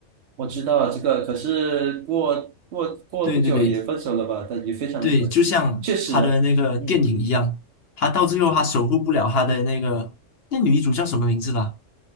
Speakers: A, on the right; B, on the left.
A: 我知道了这个。可是过过过不久也分手了吧？
B: 对对对，
A: 但也非常的可惜。
B: 对，就像他的那个电影一样，
A: 确实，嗯，
B: 他到最后他守护不了他的那个那女主叫什么名字啦？